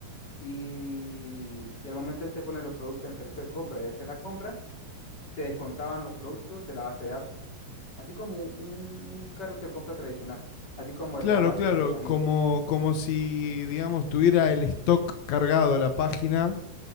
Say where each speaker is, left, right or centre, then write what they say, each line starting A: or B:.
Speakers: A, on the left; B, on the left.
A: y, y al momento de usted poner los productos en el carrito de compra y hacer la compra, se descontaban los productos de la base de datos, así como un, un carrito de compra tradicional, así como el
B: Claro,
A: de Amazon,
B: claro,
A: me imagino.
B: como, como si, digamos, tuviera el stock cargado la página